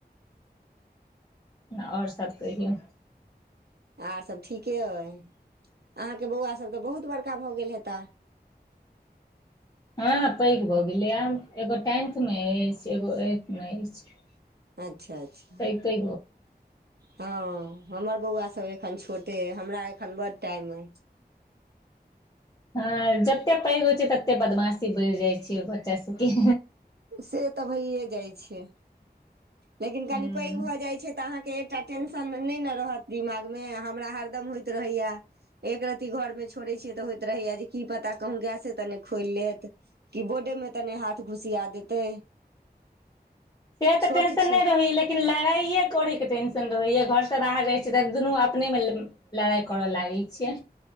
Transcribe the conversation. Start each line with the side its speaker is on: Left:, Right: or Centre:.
Left: आओर सभ कहियौ
Right: आर सभ ठीके आइ अहाँकेँ बौआ सभ तऽ बहुत बड़का भऽ गेल हेता
Left: ह पैघ भऽ गेलै आब एगो टेथमे अछि एगो एथ मे अछि
Right: अच्छा अच्छा।
Left: त तैबी
Right: ह हमर बौआसभ एखन छोटे आइ हमरा एखन बड टाइम आइ
Left: ह जतेक पैघ होई छै ततेक बदमाशी बढ़ि जाइत छै बच्चा सभके
Right: से तऽ भइए जाइ छै लेकिन कनी
Left: हूं
Right: पैघ भऽ जाइ छै तऽ अहाँकेँ एक एकटा टेशन नहि ने रहत दिमाग मे हमरा हरदम होइत रहैया एक रती घरमे छोड़ैत छियै तऽ होइत रहैया जे कि पता कहूँ गैसे तऽ नहि खोलि लेत कऽ बोर्डे मे तनि हाथ घुसिया देतै
Left: से
Right: छोट
Left: तऽ टेन
Right: छै
Left: नहि रहै लेकिन लेकिन लड़ाइयए करड़ैके टेशन रहैय घरसँ बाहर जाइ छी तऽ दुनू अपने मे लड़ाई करऽ लागैत छिय